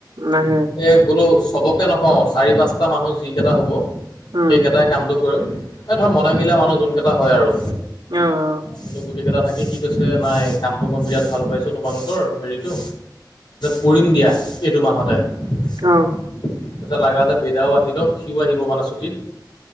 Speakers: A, on the right; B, on the left.
A: নাহে।
B: এ বোলো চবকে নকওঁ চাৰি পাঁচটা মানুহ যি কেইটা হ'ব।
A: উম,
B: সেইকেইটাই কামটো কৰিম। এই ধৰা মনে মিলা মানুহ যোন কেইটা হয় আৰু।
A: <unintelligible>
B: বোলো গোটেই কেইটা থাকি কি কৈছে নাই কামটো মই বিৰাট ভাল পাইছোঁ তোমালোকৰ হেৰিতো কৰিম দিয়া এইটো মাহতে।
A: অ'।
B: <unintelligible> লাগা হ'লে বেদাও আহি দক সিওঁ আহিব মানে ছুটিত।